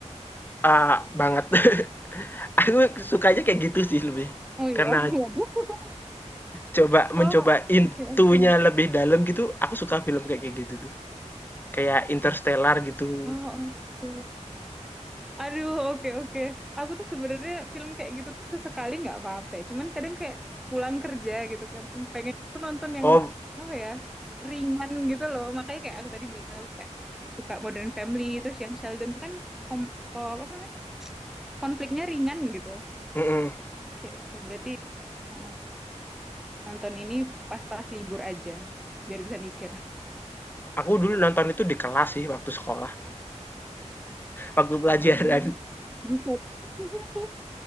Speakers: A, on the left; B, in the centre.
A: eee, banget. <laughs> Aku sukanya kayak gitu sih lebih,
B: Oh iya,
A: karena
B: <laughs>
A: coba
B: Oh,
A: mencoba intunya
B: oke oke.
A: lebih dalam gitu, aku suka film kayak kayak gitu tuh. Kayak Interstellar gitu.
B: Oh, oke. Aduh, oke oke. Aku tuh sebenarnya film kayak gitu tuh sesekali nggak apa-apa. ya. Cuman kadang kayak pulang kerja gitu kan, pengen tuh nonton yang
A: Oh
B: apa ya ringan gitu loh. Makanya kayak aku tadi bilang aku kayak suka Modern Family, terus yang Sheldon tuh kan kom, ko, apa namanya konfliknya ringan gitu.
A: mhm,
B: Oke oke. Berarti uh, nonton ini pas-pas libur aja, biar bisa mikir.
A: aku dulu nonton itu di kelas sih waktu sekolah, waktu pelajaran.
B: Oh, buset. <laughs>